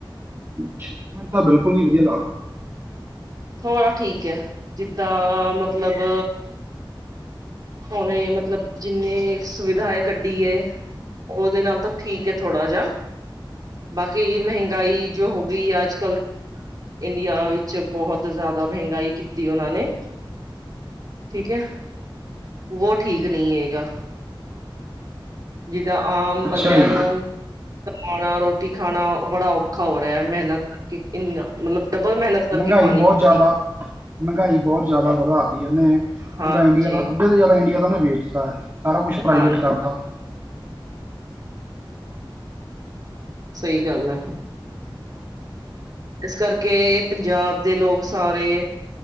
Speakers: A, on the right; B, on the right.
A: ਛ ਮੈਨੂੰ ਤਾਂ ਬਿਲਕੁਲ ਨੀ ਵਧੀਆ ਲੱਗਦਾ।
B: ਥੋੜਾ ਠੀਕ ਹੈ ਜਿੱਦਾਂ ਮਤਲਬ ਹੁਨੇ ਮਤਲਬ ਜਿੰਨੇ ਸੁਵਿਧਾ ਕੱਢੀ ਹੈ। ਉਹਦੇ ਨਾਲ ਤਾਂ ਠੀਕ ਹੈ ਥੋੜ੍ਹਾ ਜਿਹਾ ਬਾਕੀ ਮਹਿੰਗਾਈ ਜੋ ਹੋ ਗਈ ਅੱਜ ਕੱਲ ਇੰਡੀਆ ਵਿੱਚ ਬਹੁਤ ਜ਼ਿਆਦਾ ਮਹਿੰਗਾਈ ਕੀਤੀ ਉਹਨਾਂ ਨੇ। ਠੀਕ ਹੈ। ਵੋ ਠੀਕ ਨਹੀਂ ਹੈਗਾ। ਜਿੱਦਾਂ ਆਮ
A: ਅੱਛਾ
B: ਬੰਦਿਆਂ
A: ਜੀ
B: ਨੂੰ ਕਾਮਣਾ ਰੋਟੀ ਖਾਣਾ ਬੜਾ ਔਖਾ ਹੋ ਰਿਹਾ ਹੈ ਮਿਹਨਤ ਕਰਕੇ ਇੰਨਾ ਮਤਲਬ ਡਬਲ ਮਿਹਨਤ ਕਰਕੇ
A: ਮਹਿੰਗਾਈ
B: ਖਾਣੀ
A: ਬਹੁਤ
B: ਪੈਂਦੀ
A: ਜ਼ਿਆਦਾ ਮਹਿੰਗਾਈ ਬਹੁਤ ਜ਼ਿਆਦਾ ਵਧਾ ਤੇ ਉਹਨੇ
B: ਹਾਂਜੀ
A: ਪੂਰਾ ਇੰਡੀਆ ਦਾ ਅੱਧੇ ਤੇ ਜ਼ਿਆਦਾ ਇੰਡੀਆ ਦਾ ਇਨੇ ਵੇਚਤਾ ਹੈ। ਸਾਰਾ ਕੁਛ ਪ੍ਰਾਈਵੇਟ
B: ਹਾਂਜੀ
A: ਕਰਤਾ।
B: ਸਹੀ ਗੱਲ ਹੈ। ਇਸ ਕਰਕੇ ਪੰਜਾਬ ਦੇ ਲੋਕ ਸਾਰੇ